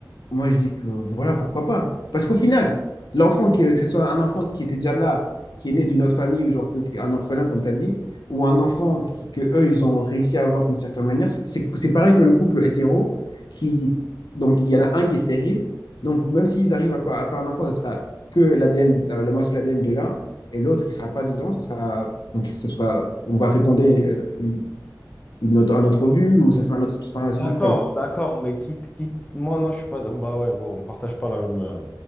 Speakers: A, on the left (about 70°); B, on the left (about 20°).
A: moi, je dis que voilà, pourquoi pas? Parce qu'au final, l'enfant, qui- que ce soit un enfant qui était déjà là, qui est né d'une autre famille, ou genre que- un orphelin, comme tu as dit, ou un enfant qui, que eux, ils ont réussi à avoir d'une certaine manière, c'est c'est- c'est pareil que le couple hétéro, qui, donc il y en a un qui est stérile, donc même s'ils arrivent à faire, à faire un enfant, ça sera que l'ADN, la, la moitié de l'ADN de l'un, et l'autre qui sera pas dedans, ça sera, donc ça sera, on va féconder euh, une, une autre, un autre ovule, ou ça sera un autre spermatozoïde
B: D'accord, d'accord, mais quitte, quitte. Moi, non, je suis pas. dans- Bah ouais, bon, on partage pas la même. euh,